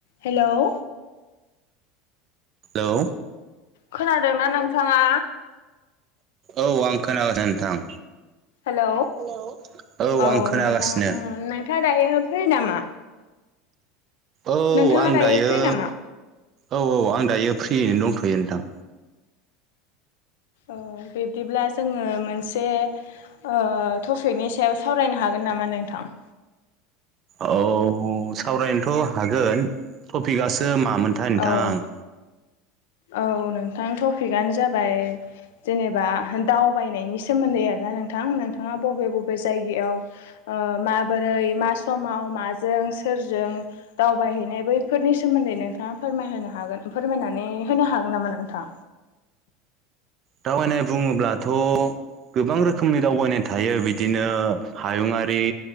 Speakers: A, on the left (about 75°); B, on the right (about 45°).
A: हेल'
B: hello
A: खोनादोंना नोंथाङा
B: औ आं खोनागासिनो नोंथां।
A: हेलौ
B: हेल औ
A: औ
B: आं खोनागासिनो।
A: नोंथां ओ नोंथाङा दायो फ्रि नामा?
B: औ
A: नोंथाङा
B: आं दायो
A: फ्रि नामा?
B: औ औ आं दायो फ्रियैनो दंथ'यो नोंथां।
A: ओ बिब्दिब्ला जोङो मोनसे ओ टपिकनि सायाव सावरायनो हागोन नामा नोंथां।
B: औ सावरायनोथ' हागोन टपिकयासो मामोनथाय नोंथां।
A: औ औ नोंथां टपिकयानो जाबाय जेनेबा दावबायनायनि सोमोन्दै आरोना नोंथां नोंथाङा बबे बबे बे जायगायाव ओ मा ओरै मा समाव माजों सोरजों दावबायहैनाय बैफोरनि सोमोन्दै नोंथ नोंथाङा फोरमायहोनो हागोन फोरमायनानै होनो हागोन नामा नोंथां?
B: दावबायनाय बुङोब्लाथ' गोबां रोखोमनि दावबायनाय थायो बिदिनो हायुङारि